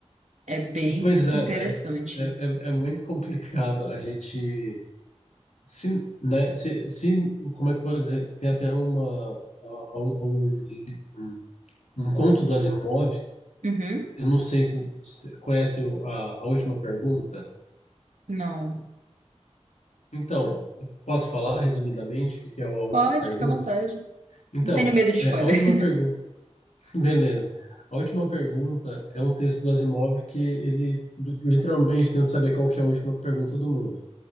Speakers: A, on the right; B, on the left.
A: é bem
B: pois é,
A: interessante.
B: né? É, é, é muito complicado a gente se, né? Se, se como é que pode dizer? Tem até uma a- a- um, um, um um conto do Asimov.
A: Uhum.
B: Eu não sei se você conhece o- a, a última pergunta.
A: Não.
B: Então, posso falar resumidamente o que que é a última
A: Pode,
B: pergunta?
A: fica à vontade.
B: Então,
A: Não tenho medo de spoiler.
B: é, a última pergunta, <laughs> beleza. A última pergunta é um texto do Asimov que ele literalmente tenta saber qual que é a última pergunta do mundo.